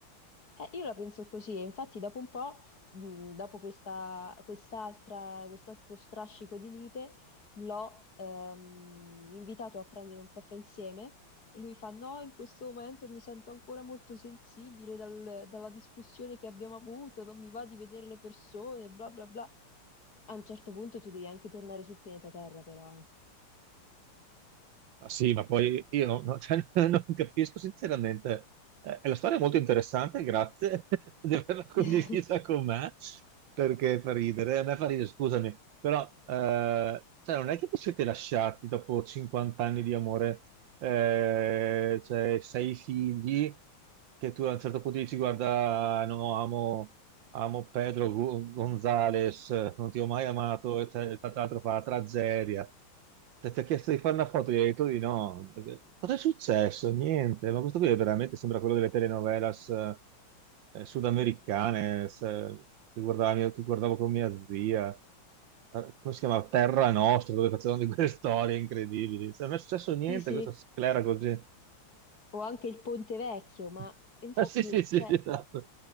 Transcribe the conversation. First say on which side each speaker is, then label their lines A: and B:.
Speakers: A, on the left; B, on the right.
A: Eh, io la penso così, e infatti dopo un po', mh, dopo questa, quest'altra, quest'altro strascico di lite, l'ho ehm, invitato a prendere un caffè insieme e lui fa: No, in questo momento mi sento ancora molto sensibile dal- dalla discussione che abbiamo avuto, non mi va di vedere le persone, bla bla bla. A un certo punto tu devi anche tornare sul pianeta Terra, però, eh.
B: Ma sì, ma poi io non, non- cioè, <laughs> non capisco sinceramente. Eh, la storia è molto interessante, grazie <laughs> di averla condivisa
A: <laughs>
B: con me, perché fa ridere, a me fa ridere, scusami, però eh, cioè, non è che vi siete lasciati dopo 50 anni di amore, eh, cioè sei figli, che tu a un certo punto dici guarda, no, amo, Amo Pedro Gu- Gonzalez, non ti ho mai amato, e tra tra l'altro fa la tragedia. Ti ti ha chiesto di fare una foto, gli hai detto di no. Cosa è successo? Niente, ma questo qui è veramente sembra quello delle telenovelas eh, sudamericane, se- che guardavo, che guardavo con mia zia. Eh, come si chiama? Terra Nostra, dove facevano di quelle storie incredibili. Cioè, non è successo niente,
A: Sì, sì,
B: questa sclera così.
A: o anche il Ponte Vecchio, ma
B: <laughs>
A: infatti,
B: Ah, sì, sì, sì,
A: cioè,
B: sì, esatto.